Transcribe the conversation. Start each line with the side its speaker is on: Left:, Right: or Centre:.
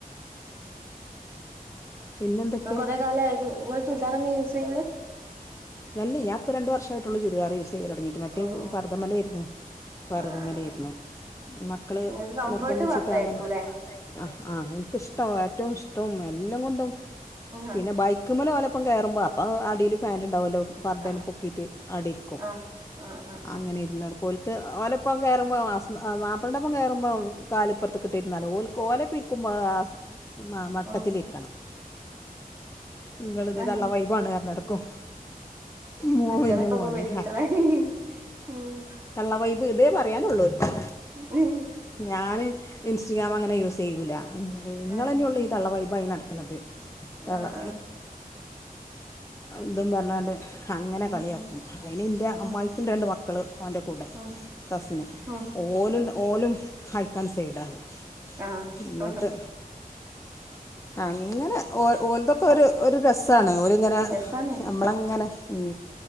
Left: പിന്നെന്തൊക്കെ
Right: കുറെ കാലായിട്ട് നിങ്ങള് ചുരിദാറന്നെ യൂസെയ്യല്
Left: അല്ല ഞാ ഇപ്പോ രണ്ട് വർഷായിട്ടുള്ളു ചുരിദാറ് യൂസ് ചെയ്യൽ തുടങ്ങിയിട്ട് മറ്റേത്
Right: ഓ ഓ
Left: ഫർദമേലെയ്ര്ന്നു ഫർദമേലായിരുന്നു
Right: ആ ആ ആ
Left: മക്കള്
Right: നിങ്ങക്ക് കംഫേർട്ട്
Left: നിർബന്ധിച്ചിട്ടങ്ങനെ
Right: വർധയായിരിക്കുംല്ലേ
Left: ആഹ് ആഹ് എനിക്കിഷ്ടവാ ഏറ്റവും ഇഷ്ടവും എല്ലാം കൊണ്ടും
Right: ആ
Left: പിന്നെ ബൈക്ക് കുമ്മേലോലൊപ്പം കേറുമ്പോ അപ്പം അടിയിൽ ഫാന്റ്ണ്ടാവൊല്ലോ പർദാണ്ട്
Right: ആ
Left: പൊക്കിയിട്ട് അവിടെ ഇരിക്കും
Right: ആ ആ ആ
Left: അങ്ങനെ ഇരുന്നൊട്ക്കും ഓൽക്ക് ഓലപ്പം കയറുമ്പോ മാപ്പളന്റൊപ്പം കയറുമ്പോ കാലിപ്പുറത്ത് ക്കിട്ടിരുന്നാലോ ഓൽക് കോലപ്പൊയിരിക്കുമ്പോ ആഹ് മട്ടത്തിലിരിക്
Right: ആ
Left: നിങ്ങളിത്
Right: ആ
Left: തള്ളവൈബാണ് പറഞ്ഞു നടക്കും മോൻ
Right: കുട്ടികളൊക്കെ
Left: വല്യ മോനേ
Right: ഇപ്പൊ കുട്ടികളായി ഉം
Left: തള്ളവൈബ് ഇതേ പറയാനുള്ളൂ ഓർക്ക്
Right: ഉം
Left: ഞാന് ഇൻസ്റ്റഗ്രാം അങ്ങനെ യൂസ് ചെയ്യൂല്ല നിങ്ങൾ
Right: ആ
Left: തന്നെയുള്ളൂ ഈ തള്ളവൈബായി നട ക്ക്ണത് തള്ള
Right: ആ ആ
Left: ഇതും പറഞ്ഞാണ്ട് അങ്ങനെ
Right: ഉം
Left: കളിയാക്കും
Right: ഉം
Left: അയിന് ഇൻ്റെ
Right: ഉം
Left: അമ്മായിക്കുണ്ട് രണ്ട് മക്കള് അവൻ്റെ കൂടെ
Right: ഉം
Left: കസിന്
Right: ഉം
Left: ഓലും
Right: ഉം
Left: ഓലും അയിക്കാണ്ട് സൈഡാണ്
Right: ആഹ്
Left: എന്നിട്ട് അങ്ങനെ ഓൽ ഇതൊക്കെ ഒരു ഒരു രസമാണ് ഒരു അങ്ങനെ
Right: രസാണ്
Left: നമ്മളെങ്ങനെ ഉം